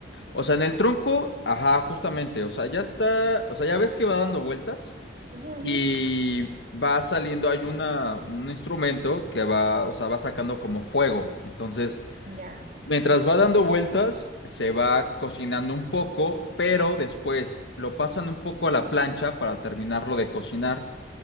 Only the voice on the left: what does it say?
O sea, en el tronco, ajá, justamente, o sea, ya está, o sea, ya ves que va dando vueltas
y
va saliendo, hay una, un instrumento que va, o sea, va sacando como fuego, entonces...
Mientras va dando vueltas, se va cocinando un poco, pero después lo pasan un poco a la plancha para terminarlo de cocinar.